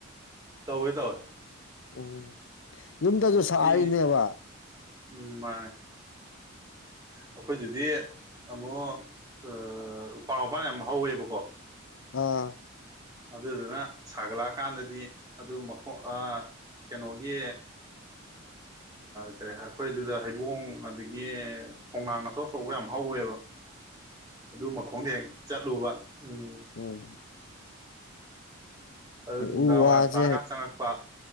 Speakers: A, on the right (about 20°); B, on the left (about 60°).
A: ꯇꯧꯋꯦ ꯇꯧꯋꯦ
B: ꯑꯣ ꯌꯨꯝꯗꯁꯨ ꯁꯥꯔꯤꯅꯦꯕ
A: ꯁꯤ ꯎꯝ ꯃꯥꯅꯦ ꯑꯩꯈꯣꯏꯗꯨꯗꯤ ꯑꯃꯨꯛ ꯑ ꯎꯄꯥ ꯋꯥꯄꯥꯟ ꯌꯥꯝ ꯍꯧꯋꯦꯕꯀꯣ
B: ꯑꯥ
A: ꯑꯗꯨꯗꯨꯅ ꯁꯥꯒꯠꯂꯛꯑꯀꯥꯟꯗꯗꯤ ꯑꯗꯨ ꯃꯈ ꯀꯩꯅꯣꯒꯤ ꯀꯔꯤ ꯑꯩꯈꯣꯏꯗꯨꯗ ꯍꯩꯕꯣꯡ ꯑꯗꯒꯤ ꯈꯣꯡꯅꯥꯡ ꯑꯆꯧ ꯑꯆꯧꯕ ꯌꯥꯝ ꯍꯧꯋꯦꯕ ꯑꯗꯨ ꯃꯈꯣꯡꯗ ꯍꯦꯛ ꯆꯠꯂꯨꯕ ꯎꯝ
B: ꯍꯝ
A: ꯑꯗꯨ ꯅꯨꯡꯗꯥꯡ
B: ꯎ ꯋꯥꯁꯦ
A: ꯋꯥꯏꯔꯝ ꯇꯥꯀꯥꯟ ꯆꯪꯉꯛꯄ